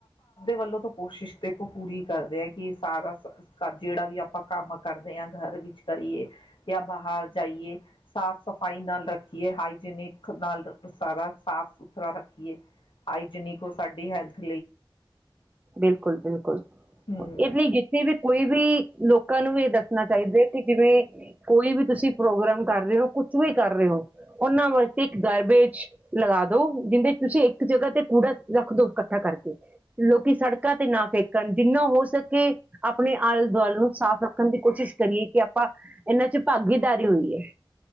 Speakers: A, on the left; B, on the right.
A: ਵੱਲੋਂ ਤਾਂ ਕੋਸ਼ਿਸ਼ ਦੇਖੋ ਪੂਰੀ ਕਰਦੇ ਆ ਕਿ ਸਾਰਾ ਜਿਹੜਾ ਵੀ ਆਪਾਂ ਕੰਮ ਕਰਦੇ ਆਂ ਘਰ ਵਿੱਚ ਅ। ਆਪਾ ਅਪ ਦੇ ਆਪਾਂ ਅਪਣੇ ਵਾਲੇ ਤੇ ਕੋਮਿਮ਼ ਕਰੀਏ ਜਾਂ ਬਹਾਲ ਜਾਈਏ ਸਾਫ ਸਫਾਈ ਨਾਲ ਰੱਖੀਏ ਹਾਈਜੀਨਿਕ ਨਾਲ ਪਸਾਰਾ ਸਾਫ ਸੁਥਰਾ ਰੱਖੀਏ ਹਾਈਜੀਨਿਕ ਹੋ ਸਾਡੀ ਹੈਲਥ
B: ਬਿਲਕੁਲ-ਬਿਲਕੁਲ
A: ਹਮ
B: ਇਹ ਲਈ ਜਿੱਥੇ ਵੀ ਕੋਈ ਵੀ ਲੋਕਾਂ ਨੂੰ ਇਹ ਦੱਸਣਾ ਚਾਹੀਦਾ ਹੈ ਕਿ ਜਿਵੇਂ ਕੋਈ ਵੀ ਤੁਸੀਂ ਪ੍ਰੋਗਰਾਮ ਕਰ ਰਹੇ ਹੋ ਕੁਛ ਵੀ ਕਰ ਰਹੇ ਹੋ ਉਹਨਾਂ ਵਾਸਤੇ ਇੱਕ ਗਾਰਬੇਜ ਲਗਾ ਦੋ ਜਿੰਹਦੇ ਚ ਤੁਸੀਂ ਇੱਕ ਇੱਕ ਜਗ੍ਹਾ ਤੇ ਕੂੜਾ ਰੱਖ ਦੋ ਇਕੱਠਾ ਕਰਕੇ ਲੋਕੀ ਸੜਕਾਂ ਤੇ ਨਾ ਫੇਕਣ ਜਿੰਨਾ ਹੋ ਸਕੇ ਆਪਣੇ ਆਲੇ ਦੁਆਲੇ ਨੂੰ ਸਾਫ਼ ਰੱਖਣ ਦੀ ਕੋਸ਼ਿਸ਼ ਕਰੀਏ ਕਿ ਆਪਾਂ ਇਹਨਾਂ ਚ ਭਾਗੀਦਾਰੀ ਹੋਂਦੀ ਹੈ